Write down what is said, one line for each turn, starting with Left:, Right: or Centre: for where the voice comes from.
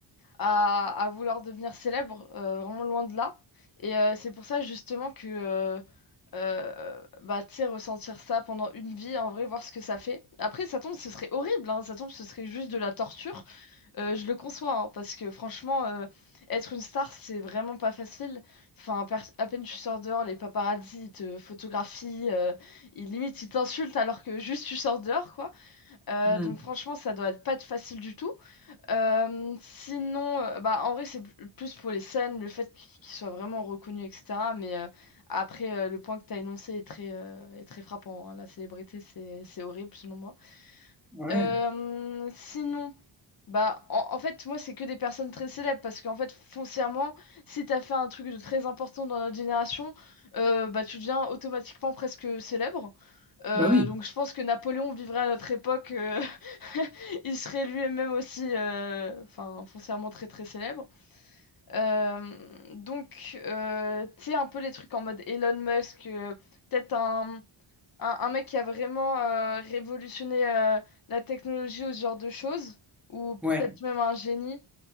Left: à, à vouloir devenir célèbre, euh, vraiment loin de là. Et euh, c'est pour ça justement que, euh, euh, bah, tu sais, ressentir ça pendant une vie, en vrai, voir ce que ça fait. Après, ça tombe, ce serait horrible, hein, ça tombe, ce serait juste de la torture. Euh, je le conçois, hein, parce que franchement, euh, être une star, c'est vraiment pas facile. Enfin, per- à peine tu sors dehors, les paparazzis ils te photographient, euh, ils, limite, ils t'insultent alors que juste tu sors dehors, quoi. Euh,
Centre: Hmm.
Left: donc franchement, ça doit être pas être facile du tout. Euh, sinon, euh, bah, en vrai, c'est pl- plus pour les scènes, le fait qu- qu'ils soient vraiment reconnus, etc. Mais euh, après, euh, le point que tu as énoncé est très, euh, est très frappant. hein. La célébrité, c'est c'est horrible, selon moi.
Centre: Ouais.
Left: Euh, sinon, bah en, en fait, moi, c'est que des personnes très célèbres parce qu'en fait, foncièrement, si t'as fait un truc de très important dans notre génération, euh, bah tu deviens automatiquement presque célèbre. Euh,
Centre: Bah oui,
Left: donc, je pense que Napoléon vivrait à notre époque, euh, <laughs> il serait lui-même aussi, euh, enfin, foncièrement très très célèbre. Euh, donc, euh, tu sais, un peu les trucs en mode Elon Musk, euh, peut-être un un, un mec qui a vraiment euh, révolutionné euh, la technologie ou ce genre de choses, ou
Centre: ouais.
Left: peut-être même un génie.